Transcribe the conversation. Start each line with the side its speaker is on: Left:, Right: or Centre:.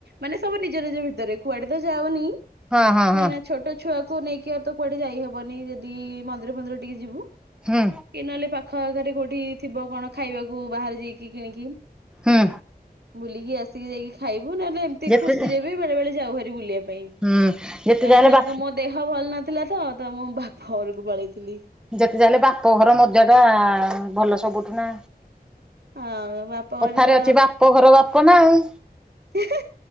Right: ମାନେ ସବୁ ନିଜ ନିଜ ଭିତରେ କୁଆଡେ ତ ଯାାଉନି।
Centre: ହଁ
Right: କାହିଁକ
Centre: ହଁ ହଁ
Right: ନା ଛୋଟ ଛୁଆକୁ ନେଇକି ଆଉ ତ କୁଆଡେ ଯାଇହବନି ଯଦି ମନ୍ଦିର ଫନ୍ଦିର ଟିକେ ଯିବୁ।
Centre: ହୁଁ
Right: କି ନହେଲେ ପାଖ ଆଖରେ କୋଉଠି ଥିବ କଣ ଖାଇବାକୁ ବାହାରେ ଯାଇକି କିଣିକି।
Centre: ହୁଁ।
Right: ବୁଲିକି ଆସିକି ଯାଇକି ଖାଇବୁ ନହେଲେ ଏମିତି
Centre: ଯେତେ
Right: ଖୁସିରେ ବିି ବେଳେ ବଳେ ଯାଉ ହାରି ବୁଲିବା ପାଇଁ। ତ
Centre: ହୁଁ ଯେତେ ଯାହେଲେ
Right: ଏଥରକ
Centre: ବା
Right: ମୋ ଦେହ ଭଲ ନଥିଲା ତ ତ ମୁଁ ବାପା ଘରକୁ ପଳେଇଥିଲି।
Centre: ଯେତେ ଯାହା ହେଲେ ବାପଘର ମଜା ଟା ଭଲ ସବୁଠୁ ନା
Right: ହଁ ବାପ ଘରେ
Centre: କଥାରେ
Right: ତ
Centre: ଅଛି ବାପ ଘର ବାପ ନା ଆଉ।
Right: ହେଁ ହେଁ